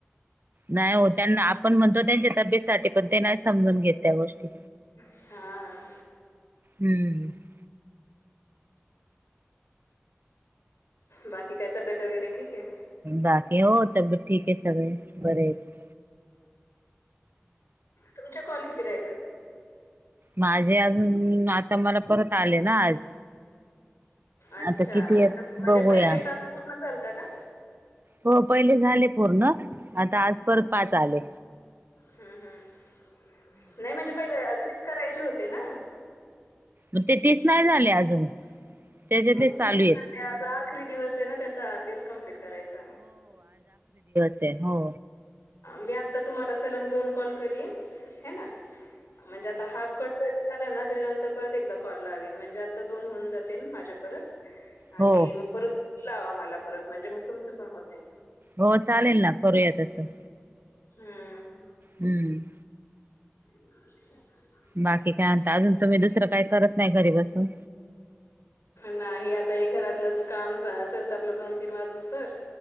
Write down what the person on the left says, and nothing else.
हा.
<inaudible> बाकी काय तबीयेत वगैरे ठीक ए?
तुमचे कॉल किती राहिलेत?
अच्छा,
म्हणजे
पहिले टास्क पूर्ण झालतं का?
हम्म हम्म, नाई म्हणजे पहिलं, तीस करायचे होते ना?
<inaudible>
मग
तेच विचारते
आज आखरी दिवस ए ना त्याचा, तीस कमप्लीट करायचा.
मी आत्ता तुम्हाला सलंन दोन कॉल करीन, हे ना म्हणजे आता हा कट जरी झाला ना, त्याच्यानंतर परत एकदा कॉल लावीन म्हणजे आता दोन होऊन जातील माझे परत. आले
मग परत तुम्ही लावा मला परत, म्हणजे मग तुमचं पण होतील.
हम्म
<inaudible>
नाही, आता हे घरातलंच काम आसल तर आपलं दोन-तीन वाजूस तर